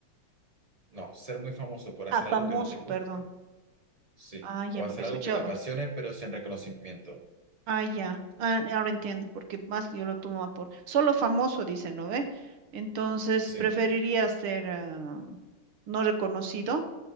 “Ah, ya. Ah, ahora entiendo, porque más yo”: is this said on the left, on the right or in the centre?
Right